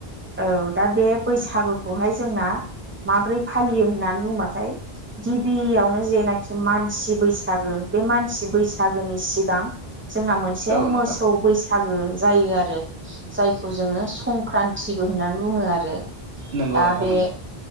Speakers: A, on the right; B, on the right.
A: औ दा बे बैसागुखौहाय जोंना माब्रै फालियो होननानै बुंबाथाय गिबियावनो जेनाखि मानसि बैसागो बे मानसि बैसागोनि सिगां जोंना मोनसे
B: औ
A: मोसौ
B: नोंथां
A: बैसागो जायो आरो जायखौ जोङो सं क्रान्तिबो होननानै बुङो आरो।
B: नंगौ
A: दा
B: नोंथां
A: बे
B: नंगौ